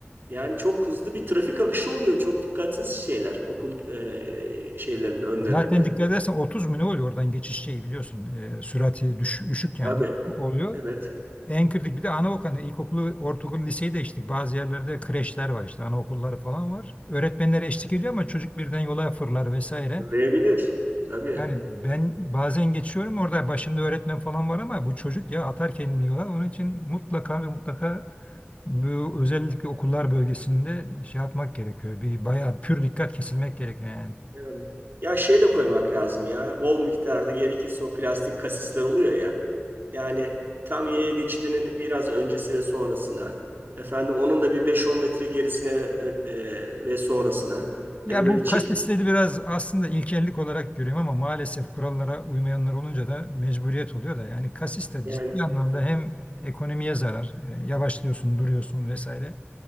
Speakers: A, on the right; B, on the left.
A: yani çok hızlı bir trafik akışı oluyor. Çok dikkatsiz şeyler okul e, şeylerinin önlerinde.
B: Zaten dikkat edersen 30 mu ne oluyor oradan geçiş şeyi biliyorsun. E, sürati düş- düşük yani
A: Tabii,
B: oluyor.
A: evet.
B: En kritik bir de anaokulu, ilkokulu, ortaokulu, liseyi de geçtik. Bazı yerlerde kreşler var işte anaokulları falan var. Öğretmenlere eşlik ediyor ama çocuk birden yola fırlar vesaire.
A: Fırlayabilir. Tabii.
B: Yani ben bazen geçiyorum orada başında öğretmen falan var ama bu çocuk ya atar kendini yola. Onun için mutlaka ve mutlaka bu özellikle okullar bölgesinde şey yapmak gerekiyor. Bir bayağı pür dikkat kesilmek gerekiyor yani.
A: Evet. Ya şey de koymak lazım ya. Bol miktarda gerekirse o plastik kasisler oluyor ya. Yani tam yaya geçidinin biraz öncesi ve sonrasına. Efendim onun da bir 5-10 metre gerisine ve, e, e, ve sonrasına.
B: Ya
A: Yani böyle
B: bu
A: çift
B: kasvetleri biraz aslında ilkellik olarak görüyorum ama maalesef kurallara uymayanlar olunca da mecburiyet oluyor da yani kasis de
A: yani
B: ciddi anlamda hem ekonomiye zarar, e, yavaşlıyorsun, duruyorsun vesaire.